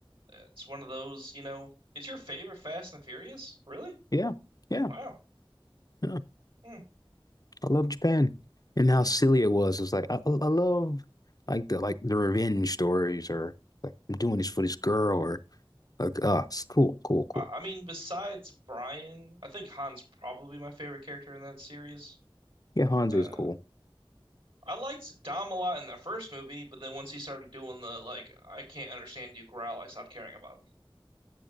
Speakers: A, on the right (about 70°); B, on the left (about 40°).
A: It's one of those, you know. It's your favorite Fast and Furious? Really?
B: Yeah, yeah,
A: Wow.
B: yeah.
A: Hmm.
B: I love Japan and how silly it was. It's like I, I I love like the like the revenge stories or like I'm doing this for this girl or like uh it's cool, cool, cool.
A: I, I mean, besides Brian, I think Han's probably my favorite character in that series.
B: Yeah, Hanzo
A: Uh,
B: is cool.
A: I liked Dom a lot in the first movie, but then once he started doing the like, I can't understand you growl, I stopped caring about him.